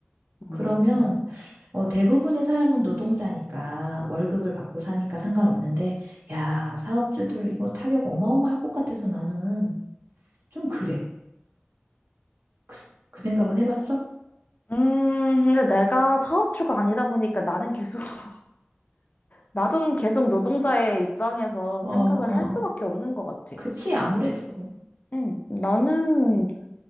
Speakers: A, on the right; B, on the left.
A: 그러면
B: 음,
A: 어, 대부분의 사람은 노동자니까 월급을 받고 사니까 상관없는데, 야, 사업주들 이거 타격 어마어마할 것 같아서 나는 좀 그래. 그, 그 생각은 해봤어?
B: 음, 근데 내가 사업주가 아니다 보니까 나는 계속, <laughs> 나도 계속 노동자의 입장에서 생각을
A: 어, 어.
B: 할 수밖에 없는 것 같아.
A: 그치, 아무래도.
B: 응, 나는,